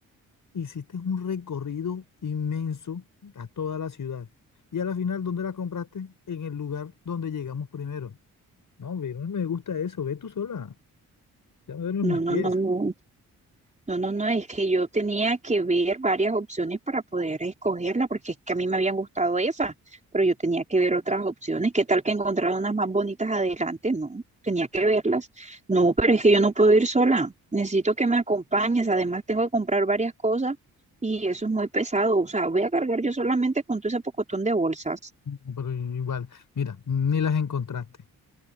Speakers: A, on the left (about 60°); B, on the right (about 20°).
A: Hiciste un recorrido inmenso a toda la ciudad. Y a la final, ¿dónde la compraste? En el lugar donde llegamos primero. No, ve, no me gusta eso. Ve tú sola. Ya me duelen
B: No,
A: mis
B: no,
A: pies.
B: no, no, No, no, no, es que yo tenía que ver varias opciones para poder escogerla, porque es que a mí me habían gustado esas, pero yo tenía que ver otras opciones. ¿Qué tal que encontrara unas más bonitas adelante? No, tenía que verlas. No, pero es que yo no puedo ir sola. Necesito que me acompañes. Además, tengo que comprar varias cosas y eso es muy pesado. O sea, voy a cargar yo solamente con todo ese pocotón de bolsas.
A: No, Pero igual, mira, ni las encontraste.